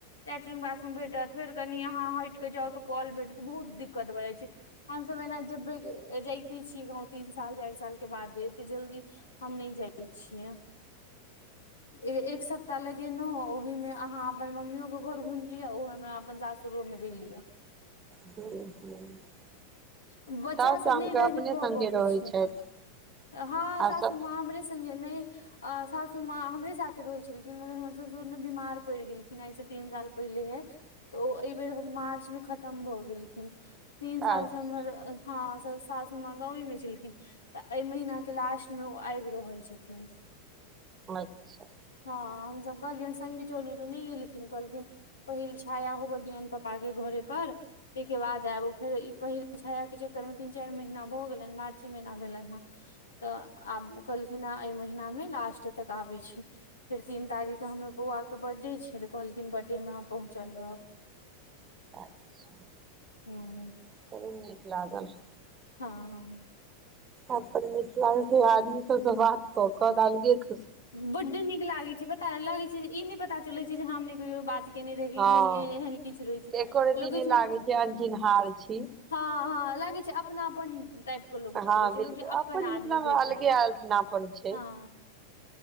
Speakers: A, on the left (about 75°); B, on the right (about 25°).
A: लैट्रिग बाथरूम भेटत फेर कनि अहाँ हटिके जाउ तऽ कऽल भेटत बहुत दिक्कत भऽ जाइ छैय। हमसब एना जब जइते छीयै गाँव तीन साल, चारि सालके बादे एते जल्दी हम नय जाय छियै। ए एक सप्ताह ले गेलहु ओहिमे अहाँ अपन मम्मीयो के घर घुइम लियऽ ओहे मे अपन सासुर मे घुइम लियऽ।
B: <unintelligible>
A: बच्चा
B: तऽ अहाँके
A: सब नय रहि
B: अपने
A: प
B: संगे
A: पबै
B: रहै
A: छैय,
B: छथि
A: हँ
B: आ
A: सासु
B: सब
A: मां हमरे स संगे नय अ सासु माँ हमरे साथे रहैय छलखिन मगर हमर ससुर ने बीमार पड़ि गेलखिन आइ से तीन साल पहिलेहे तऽ ओ एय बेेर मार्चमे खतम भऽ गेलखिन तीन साल
B: अच्छा
A: सँ हमर अ हँ स सासू माँ गांवे मे छलखिन तऽ अय महिना के लास्ट मे ओ आबि रहल छथिन।
B: अच्छा
A: हँ हमसब कहलियैन संगे चलू तऽ नय एलखिन कहलखिन पहिल छाया होब दियौन पप्पा के घरे पर तयके बाद आब फेर ई पहिल छाया के चक्कर मे तीन चारि महीना भऽ गेलनि मार्चे महीना भेलनि हेँ। तऽ आब कहलखिन ए अय महीना मे लास्ट तक आबै छी। फेर तीन तारीख क हमर बौआ के बर्थडे छै तऽ कहलखिन बर्थडे मे हम पहुँचल रहब।
B: अच्छा
A: उं
B: चलू नीक लागल।
A: हँ।
B: अपन मिथिला के आदमी सब सँ बात कऽ क त अलगे ख
A: बड्ड नीक लागै छै पता अइ लागे छै जे ई नय पता चलै छै जे हम नय कहियो बात केने रही
B: हँ
A: नै एहन किछ रहै छै
B: तऽ एको रती
A: लगै
B: नहि
A: छै
B: लागै अनचिन्हार छी
A: हँ हँ लागै छै अपनापन टाइप के लगैत
B: हँ
A: रहै छै,
B: बिल्कुल
A: लगै छै अपन आदमी
B: मिथिलामे
A: भेटल,
B: अलगे अपनापन छै
A: हं